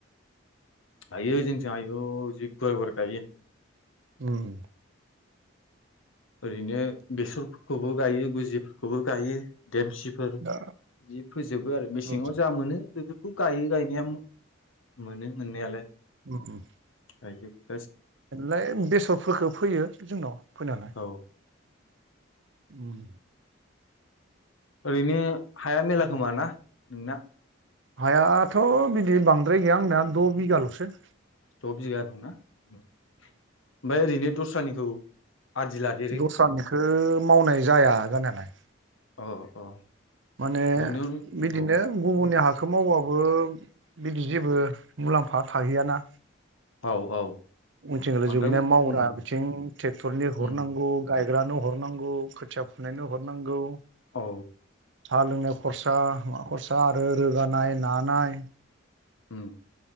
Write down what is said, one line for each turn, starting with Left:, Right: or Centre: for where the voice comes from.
Left: हायो जोंथिं आयौ जि गुवार गुवार गायो।
Right: ओम।
Left: ओरैनो बेसरफोरखौबो गायो गुजिफोरखौबो गायो। देमसिफोर बिदि
Right: दा
Left: फोजोबो आरो मेसेङाव
Right: ओम
Left: जा मोनो बेफोर खौ गायो गायनाया मोनो मोननायालाय।
Right: ओम ओम।
Left: गायजोबो।
Right: लाय बेसरफोरखौ फैयो जोंनाव फैनायालाय।
Left: औ
Right: ओम।
Left: ओरैनो हाया मेला
Right: उम
Left: खोमा ना नोंना।
Right: हायाथ' बिदि बांद्राय गैया आंनाया द' बिगाल'सो।
Left: द' बिगा दंना ओमफ्राय ओरैनो दस्रानिखौ। आदि लादेरो
Right: दस्रानिखौ मावनाय जाया जानायालाय
Left: अ अ।
Right: माने
Left: न'नियावनो
Right: बिदिनो
Left: औ
Right: गुबुननि हा खौ मावबाबो बिदि जेबो मुलाम्फा थाहैयाना
Left: औ औ
Right: उनथिंरो
Left: बांद्राय
Right: जोबहैनाय मावग्रा
Left: उम
Right: बिथिं ट्रेक्टरनि हरनांगौ
Left: उम
Right: गाय होग्रानो हरनांगौ खोथिया फुननायनो हरनांगौ
Left: औ
Right: साहा लोंनाय खरसा मा खरसा आरो रोननाय नानाय
Left: ओम